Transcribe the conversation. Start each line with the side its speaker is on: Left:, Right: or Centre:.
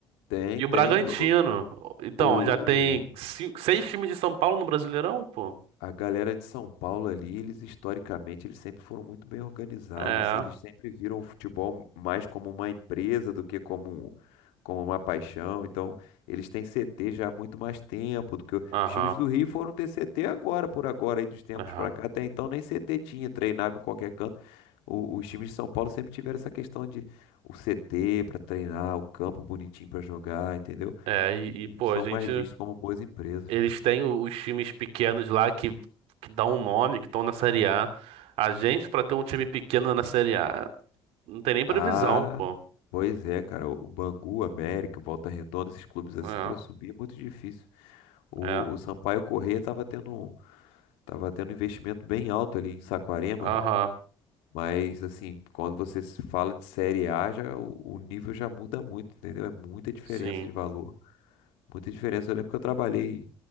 Left: tem,
Right: e o Bragantino.
Left: tem. O,
Right: Então,
Left: o,
Right: já tem cinco- seis times de São Paulo no Brasileirão, pô.
Left: A galera de São Paulo ali, eles historicamente, eles sempre foram muito bem organizados,
Right: É,
Left: assim, eles sempre viram o futebol mais como uma empresa do que como, como uma paixão. Então, eles têm CT já há muito mais tempo do que o-
Right: aham,
Left: os times do Rio foram ter CT agora, por agora, aí dos tempos
Right: aham.
Left: pra cá. Até então nem CT tinha, treinava em qualquer canto. O- os times de São Paulo sempre tiveram essa questão de o CT pra treinar, o campo bonitinho pra jogar, entendeu?
Right: É, e, e,
Left: Eles
Right: pô,
Left: são
Right: a gente.
Left: mais vistos como boas empresas.
Right: Eles têm o- os times pequenos lá que, que dão um nome, que estão na Série A. A gente, pra ter um time pequeno na Série A, não tem nem previsão,
Left: Ah,
Right: pô.
Left: pois é, cara. O Bangu, América, Volta Redonda, esses clubes assim
Right: É,
Left: pra subir é muito difícil. O,
Right: é.
Left: o Sampaio Corrêa tava tendo um, tava tendo um investimento bem alto ali em Saquarema,
Right: Aham,
Left: mas assim, quando você se fala de Série A, já o, o nível já muda muito, entendeu? É muita diferença
Right: sim.
Left: de valor, muita diferença. Eu lembro que eu trabalhei,